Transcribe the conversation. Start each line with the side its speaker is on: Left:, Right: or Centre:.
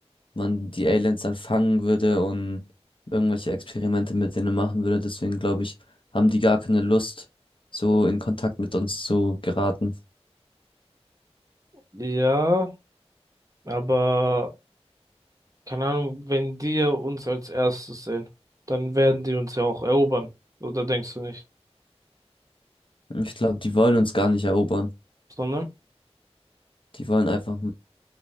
Left: man die Aliens dann fangen würde und irgendwelche Experimente mit denen machen würde. Deswegen glaube ich, haben die gar keine Lust, so in Kontakt mit uns zu geraten.
Right: ja, aber keine Ahnung, wenn die ja uns als erstes sehen, dann werden die uns ja auch erobern. Oder denkst du nicht?
Left: Ich glaube, die wollen uns gar nicht erobern.
Right: Sondern?
Left: Die wollen einfach